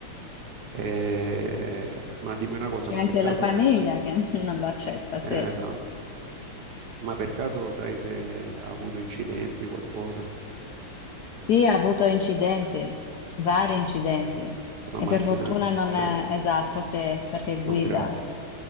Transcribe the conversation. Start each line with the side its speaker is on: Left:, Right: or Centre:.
Right: Eh, ma dimmi una cosa,
Left: C'è
Right: ma
Left: anche
Right: per caso,
Left: la famiglia che <laughs> non lo accetta, sì.
Right: eh, esatto. Ma per caso sai se ha avuto incidenti, qualcosa con
Left: Sì, ha avuto incidenti, vari incidenti,
Right: la
Left: e
Right: macchina?
Left: per fortuna non
Right: Certo,
Left: è esatto, se perché guida,
Right: non gravi,